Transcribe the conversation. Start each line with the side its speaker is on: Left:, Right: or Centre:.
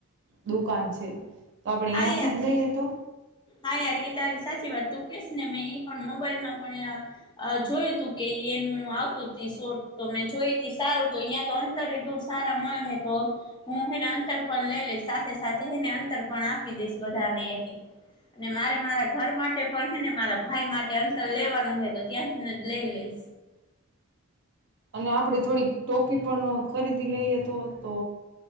Right: દુકાન છે. તો આપણે
Left: હા
Right: ત્યાંથી
Left: યાર
Right: જ લઈએ તો
Left: હા યાર એ તારી સાચી વાત તું. કે ને મે એ પણ મોબાઈલમાં પણ અ જોયું તું કે એનું આવતું ત શોટ તો મેં જોઈ ત સારું તો અહિયાં તો અંતર એટલું મળે તો હું એને અંતર પણ લઈ લઈ સાથે સાથે એને અંતર પણ આપ આપી દઈશ બધાને એક એક અને મારે મારા ઘર માટે પણ છે ને મારા ભાઈ માટે અંતર લેવાનું હોય તો ત્યાંથીને જ લઈ લઈશ.
Right: અને આપણે થોડીક ટોપી પણ ખરીદી લઈએ તો તો